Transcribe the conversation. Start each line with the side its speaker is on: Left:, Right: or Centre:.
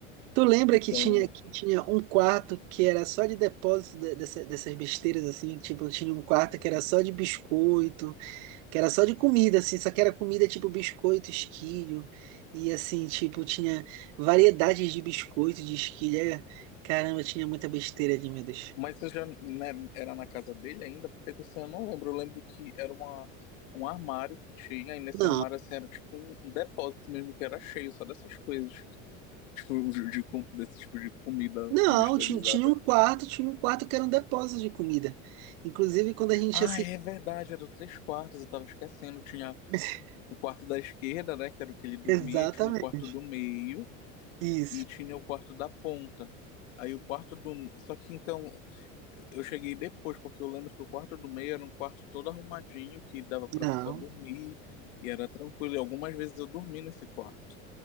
Right: tu lembra
Left: Então,
Right: que tinha, que tinha um quarto que era só de depósito de- dessa- dessas besteiras, assim, tipo, tinha um quarto que era só de biscoito, que era só de comida, assim, só que era comida tipo biscoito, esquilho, e assim, tipo, tinha variedades de biscoito, de esquilho, é, caramba, tinha muita besteira ali, meu Deus.
Left: Mas você já, né, era na casa dele ainda? Porque desse eu não lembro. Eu lembro que era uma, um armário que tinha, e nesse
Right: Não,
Left: armário assim, era tipo um um depósito mesmo, que era cheio só dessas coisas. Tipo, de, de com- desse tipo de comida
Right: não,
Left: industrializada.
Right: ti- tinha, um quarto, tinha um quarto que era um depósito de comida, inclusive quando a gente
Left: Ah,
Right: assistia,
Left: é verdade, eram três quartos, eu tava esquecendo. Tinha
Right: <laughs>
Left: o quarto da esquerda, né, que era o que ele dormia,
Right: exatamente,
Left: e tinha o quarto do meio,
Right: isso,
Left: e tinha o quarto da ponta. Aí o quarto do. Só que então. Eu cheguei depois, porque eu lembro que o quarto do meio era um quarto todo arrumadinho, que dava pra
Right: não,
Left: pessoa dormir, e era tranquilo. E algumas vezes eu dormi nesse quarto.